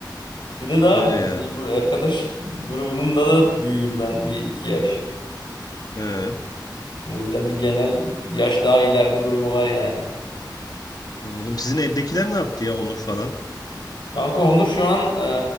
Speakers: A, on the left; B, on the left.
A: Bir de daha
B: Öyle
A: bir-
B: ya.
A: ya bu arkadaş grubunun da da büyüğüm ben bir iki yaş.
B: He,
A: O yüzden bir genel yaş daha ileride durumu var yani.
B: anladım. Sizin evdekiler ne yaptı ya Onur falan?
A: Kanka Onur şu an eee,